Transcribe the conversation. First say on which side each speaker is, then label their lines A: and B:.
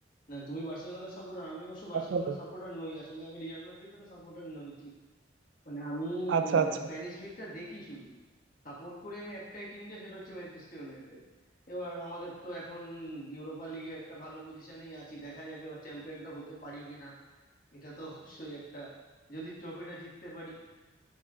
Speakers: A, on the left; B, on the right.
A: না তুমি বার্সেলোনা সাপোর্টার আমি অবশ্য বার্সেলোনা
B: আসলে
A: সাপোর্টার নই আসলে আমি রিয়াল মাদ্রিদের সাপোর্টার নই মানে আমি
B: আচ্ছা আচ্ছা
A: স্প্যানিশ লিগটা দেখি শুধু সাপোর্ট করি আমি একটাই টিমকে সেটা হচ্ছে ম্যানচেস্টার ইউনাইটেড এবার আমাদের তো এখন ইউরোপা লিগে একটা ভালো পজিশনেই আছি দেখা যাক এবার চ্যাম্পিয়নটা হতে পারি কিনা এটা তো অবশ্যই একটা যদি ট্রফিটা জিততে পারি